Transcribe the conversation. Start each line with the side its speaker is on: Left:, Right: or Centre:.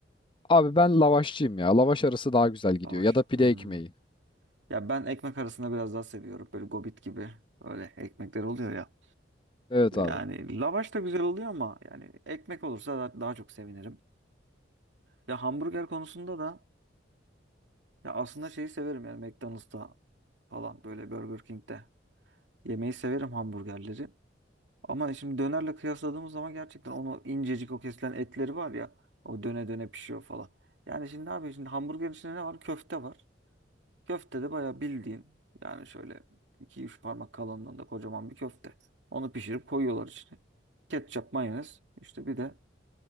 Left: Abi ben lavaşçıyım ya. Lavaş arası daha güzel gidiyor.
Right: Lavaş.
Left: Ya da pide
Right: Hmm.
Left: ekmeği.
Right: Ya ben ekmek arasında biraz daha seviyorum. Böyle gobit gibi öyle ekmekler oluyor ya.
Left: Evet abi.
Right: Yani lavaş da güzel oluyor ama yani ekmek olursa da- daha çok sevinirim. Ya hamburger konusunda da ya aslında şeyi severim yani McDonald's'ta falan böyle Burger King'de yemeği severim hamburgerleri. Ama şimdi dönerle kıyasladığımız zaman gerçekten onu incecik o kesilen etleri var ya o döne döne pişiyor falan. Yani şimdi ne yapıyor? Şimdi hamburgerin içinde ne var? Köfte var. Köfte de bayağı bildiğin yani şöyle iki üç parmak kalınlığında kocaman bir köfte. Onu pişirip koyuyorlar içine. Ketçap, mayonez işte bir de